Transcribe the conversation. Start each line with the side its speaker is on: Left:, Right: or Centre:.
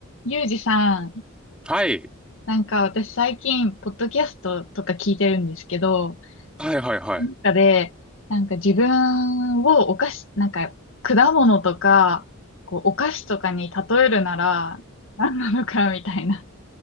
Left: ゆうじさん、
Centre: はい。
Left: なんか私最近、ポッドキャストとか聞いてるんですけど、
Centre: はいはいはい。
Left: その中で、なんか自分をお菓子、なんか果物とか、こうお菓子とかに例えるなら、何なのかみたいな